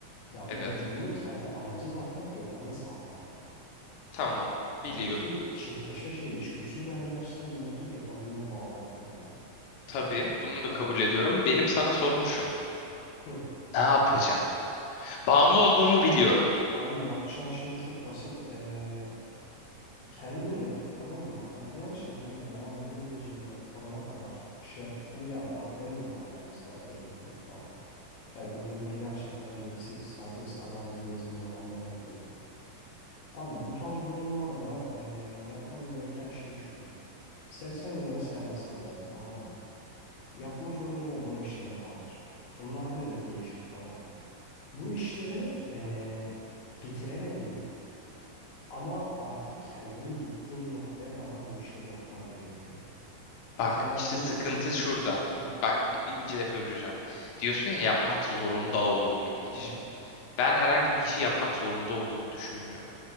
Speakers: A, on the left; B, on the left.
A: Yani
B: Evet.
A: bu beyninin kendi amacı zaten dopamin salgılamak.
B: Tamam. Biliyorum.
A: Hani ki çiftleşme şey içgüdüsü bile hani gerçekten bir noktada dopaminle bağlantılı yani.
B: Tabii bunu
A: Hani
B: da kabul ediyorum. Benim sana sorum şu.
A: hı,
B: Ne yapacağım? Bağımlı olduğumu biliyorum.
A: abi yapacağın şey çok basit. E, kendini tamam mı? Hani gerçekten devam edemeyeceğin noktalara kadar şey yapıp hani ya bak benim de vardı mesela böyle bir durum tamam. Ya günde böyle gerçekten yedi sekiz saat Instagram'da gezdiğim zamanlarım oluyordu. Abi bu tarz durumlarda eee, yapman gereken şey şu. Sevsen ya da sevmesen de tamam mı? Yapmak zorunda olduğun işlerin vardır. Bunlar nedir? Değişir tamam mı? Bu işleri eee, bitiremediğin ama artık kendinin bittiğin noktaya kadar bu işleri yapman gerekiyor.
B: Bak
A: Mesela
B: işte
A: bu
B: sıkıntı
A: nedir?
B: şurada.
A: Hı,
B: Bak ince böleceğim. Diyorsun ya yapmak zorunda olduğum bir iş.
A: evet.
B: Ben herhangi bir işi yapmak zorunda olduğumu düşünmüyorum.